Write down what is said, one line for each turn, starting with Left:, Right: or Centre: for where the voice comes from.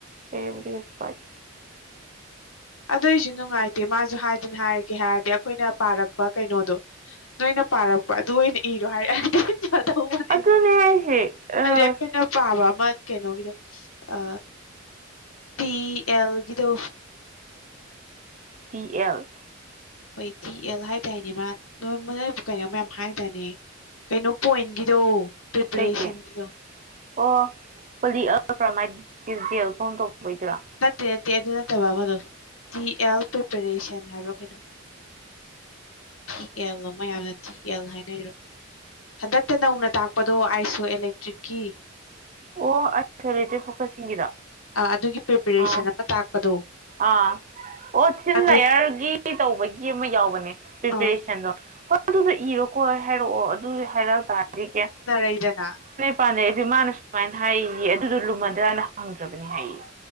Right: ꯍꯩꯔꯕꯨꯗꯤ ꯀꯩꯁꯨ ꯀꯥꯏꯗꯦ
Left: ꯑꯗꯨꯏꯁꯨ ꯅꯨꯡꯉꯥꯏꯇꯦ ꯃꯥꯁꯨ ꯍꯥꯏꯗꯅ ꯍꯥꯏꯔꯒꯦ ꯍꯥꯏꯔꯗꯤ ꯑꯩꯈꯣꯏꯅ ꯄꯥꯔꯛꯄ ꯀꯩꯅꯣꯗꯣ ꯅꯣꯏꯅ ꯄꯥꯔꯛꯄ ꯑꯗꯨ ꯑꯣꯏꯅ ꯏꯔꯣ ꯍꯥꯏꯔꯛ ꯑꯗꯤ ꯐꯗꯧꯕꯅꯦ
Right: ꯑꯗꯨꯅꯦ ꯍꯥꯏꯁꯦ ꯑꯥ
Left: ꯍꯥꯏꯗꯤ ꯑꯩꯈꯣꯏ ꯑꯩꯅ ꯄꯥꯕ ꯑꯃ ꯀꯩꯅꯣꯒꯤꯗꯣ ꯑ ꯇꯤ ꯑꯦꯜꯒꯤꯗꯣ
Right: ꯇꯤ ꯑꯦꯜ
Left: ꯍꯣꯏ ꯇꯤ ꯑꯦꯜ ꯍꯥꯏꯗꯥꯏꯅꯦ ꯃꯥ ꯅꯣꯏ ꯅꯣꯏꯕꯨ ꯀꯩꯅꯣ ꯃꯌꯥꯝ ꯍꯥꯏꯗꯥꯏꯅꯦ ꯀꯩꯅꯣ ꯄꯣꯏꯟꯒꯤꯗꯣ ꯄ꯭ꯔꯤꯄꯔꯦꯁꯟꯒꯤꯗꯣ
Right: ꯀꯩꯒꯤ ꯑꯣ ꯄꯣꯂꯤ ꯑꯜꯀ꯭ꯔꯃꯥꯏꯗꯀꯤ ꯖꯦꯜ ꯐꯣꯝ ꯇꯧꯕꯩꯗꯨꯔꯣ
Left: ꯅꯠꯇꯦ ꯅꯠꯇꯦ ꯑꯗꯨ ꯅꯠꯇꯕ ꯑꯃꯗꯣ ꯇꯤ ꯑꯦꯜ ꯄ꯭ꯔꯤꯄꯔꯦꯁꯟ ꯍꯥꯏꯕ꯭ꯔ ꯀꯩꯅꯣ ꯊꯤ ꯑꯦꯜꯂꯣ ꯃꯌꯥꯝꯅ ꯊꯤ ꯌꯦꯜ ꯍꯥꯏꯅꯩꯔꯣ ꯍꯟꯗꯛꯇ ꯅꯧꯅ ꯇꯥꯛꯄꯗꯣ ꯑꯥꯏꯁꯣ ꯑꯦꯂꯦꯛꯇ꯭ꯔꯤꯛꯀꯤ
Right: ꯑꯣ ꯑꯥꯏꯁꯣꯂꯦꯇꯦꯗ ꯐꯣꯀꯁꯤꯡꯒꯤꯗꯣ
Left: ꯑ ꯑꯗꯨꯒꯤ ꯄ꯭ꯔꯤꯄꯦꯔꯦꯁꯟ
Right: ꯑ
Left: ꯑꯃ ꯇꯥꯛꯄꯗꯣ
Right: ꯑ ꯑꯣ ꯊꯤꯟ
Left: ꯑꯗꯨ
Right: ꯂꯥꯌꯥꯔ ꯌꯔꯒꯤ ꯇꯧꯕꯒꯤ ꯑꯃ ꯌꯥꯎꯕꯅꯦ ꯄ꯭ꯔꯤꯄꯦꯔꯦꯁꯟꯗꯣ
Left: ꯑꯥ
Right: ꯍꯣꯏ ꯑꯗꯨꯗꯣ ꯏꯔꯣꯀꯣ ꯍꯥꯏꯔꯛꯑꯣ ꯑꯗꯨ ꯍꯥꯏꯔꯛ ꯇꯥꯔꯗꯤ ꯀ
Left: ꯂꯩꯗꯅꯥ
Right: ꯄꯥꯟꯅꯩ ꯑꯗꯨꯗꯤ ꯃꯥꯅ ꯁꯨꯃꯥꯏꯅ ꯍꯥꯏꯌꯦ ꯑꯗꯨꯗꯣ ꯂꯨꯃꯟꯗ꯭ꯔꯅ ꯍꯪꯗ꯭ꯔꯕꯅꯤ ꯍꯥꯏꯌꯦ